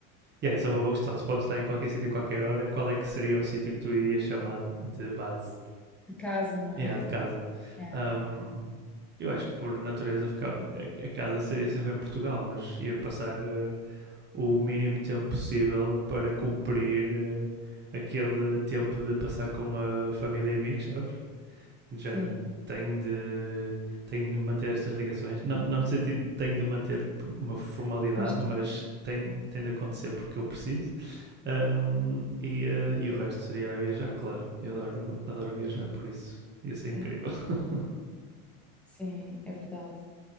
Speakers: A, on the right (about 25°); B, in the centre.
A: e yeah, isso é uma boa questão, se podes estar em qualquer sítio, a qualquer hora, qual é que seria o sítio que tu irias chamar de, de base,
B: de casa, não é?
A: yeah, de casa?
B: É,
A: Um, eu acho que por natureza fica- a, a casa seria sempre em Portugal, mas ia passar eh, o mínimo tempo possível para cumprir eh, aquele tempo de passar com a família e amigos, sabes? De género,
B: sim.
A: tenho de, tenho de manter estas ligações. Não, não no sentido de tenho de manter uma formalidade,
B: Mas queres?
A: mas tem, tem de acontecer porque eu preciso. Ahm, e, eh, e o resto seria viajar, claro. Eu adoro, adoro viajar, por isso ia ser incrível.
B: Sim,
A: <laughs>
B: sim, é verdade.